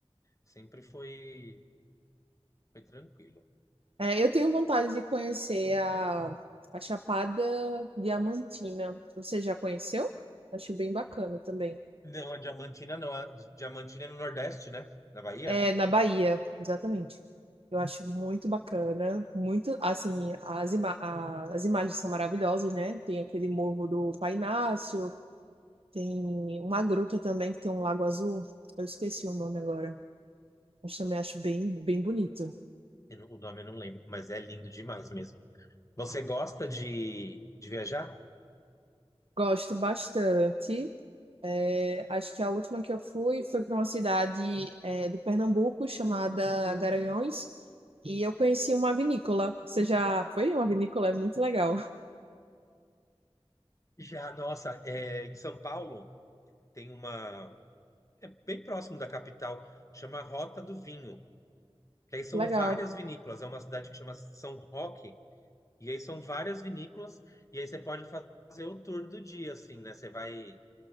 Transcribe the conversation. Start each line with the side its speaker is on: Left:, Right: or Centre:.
Left: Sempre foi foi tranquilo.
Right: É, eu tenho vontade de conhecer a, a Chapada Diamantina. Você já conheceu? Acho bem bacana também.
Left: Não, a Diamantina não. A Diamantina é no Nordeste, né? Na Bahia?
Right: É, na Bahia, exatamente. Eu acho muito bacana, muito, assim, as, ima a- as imagens são maravilhosas, né? Tem aquele morro do Painácio, tem uma gruta também que tem um lago azul. Eu esqueci o nome agora, mas também acho bem, bem bonito.
Left: Eu não- O nome eu não lembro, mas é lindo demais mesmo. Você gosta de, de viajar?
Right: Gosto bastante. É, acho que a última que eu fui foi para uma cidade, é, de Pernambuco chamada Garanhuns e eu conheci uma vinícola. Você já foi em uma vinícola? É muito legal. <laughs>
Left: Já, nossa, é, em São Paulo tem uma. É bem próximo da capital, chama Rota do Vinho. Que aí são
Right: Legal.
Left: várias vinícolas. É uma cidade que chama São Roque, e aí são várias vinícolas, e aí você pode fa- fazer o tour do dia, assim, né? Você vai.